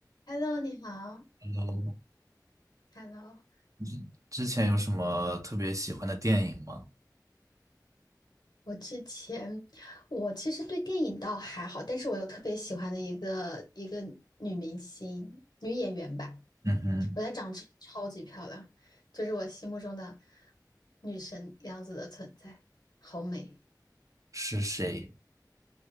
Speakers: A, on the left; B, on the right.
A: Hello，你好。
B: Hello，Hello，
A: Hello，
B: 之之前有什么特别喜欢的电影吗？
A: 我之前我其实对电影倒还好，但是我有特别喜欢的一个一个女明星、女演员吧，
B: 嗯哼，
A: 我觉得她长得超超级漂亮，就是我心目中的女神样子的存在，好美，
B: 是谁？